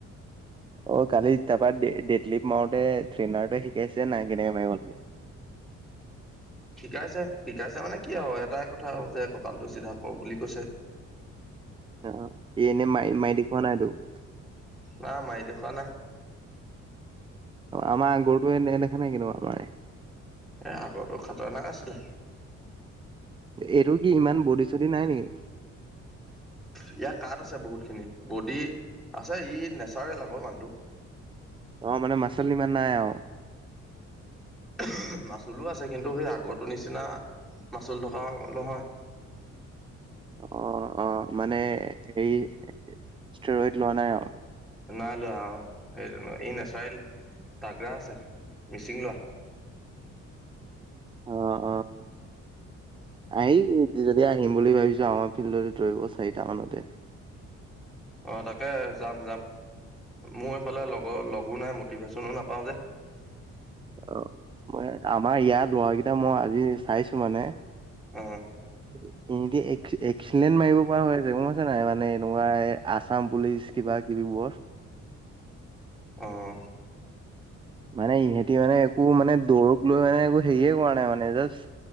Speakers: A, on the right (about 20°); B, in the centre.
A: অ! কালি তাৰপা ডেটলিপ্ট মাৰোঁতে ট্ৰেইনাৰটোৱে শিকাইছে নাই কেনেকে মাৰিব লাগে?
B: শিকাইছে। শিকাইছে মানে কি আৰু এটাই কথা যে কঁকালটো চিধা কৰ বুলি কৈছে।
A: অঁ! সি এনেই মাৰি-মাৰি দেখুৱা নাই তোক।
B: না মাৰি দেখুওৱা নাই।
A: আমাৰ গৰুটোৱে <unintelligible> দেখা নাই কেনেকে মাৰে।
B: এ আগৰটো খাতাৰনাক আছিলে।
A: এইটো কি ইমান বডি-চডি নাই নেকি?
B: ইয়াৰ কাঞ আছে বহুতখিনি বডি আছে ই নেচাৰেল আকৌ মানুহটো।
A: অঁ! মানে মাচল ইমান নাই আৰু?
B: <unintelligible> মাচুলো আছে কিন্তু সেই আগৰটো নিচিনা মাচুল থকা নহয়।
A: অ-অ! মানে সেই ষ্টৰইড লোৱা নাই আও।
B: নাই লোৱা অঁ সেই জনে। ই নেচাৰেল তাগ্ৰা আছে মিচিং ল'ৰা।
A: অঁ-অঁ! আহিবি যদি আহিম বুলি ভাবিছ আমাৰ ফিল্ডতে দৌৰিব চাৰিটা মানতে।
B: অ তাকে যাম যাম, মোৰ এইফালে লগৰ লগো নাই মোত টিভেশ্যনো নাপাওঁ যে।
A: অ মই আমাৰ ইয়াত লৰা কেইটা মই আজি চাইছো মানে
B: হয়।
A: <inaudible> এনকেই এক এক্সিলেণ্ট মাৰিব পৰা হৈ আছে, গম পাইছা নাই মানে এনেকুৱা আছাম পুলিচ কিবা কিবি বোৰ।
B: অহ।
A: মানে ইহঁতি মানে একো মানে দৌৰক লৈ মানে একো হেৰিয়ে কৰা নাই মানে জাষ্ট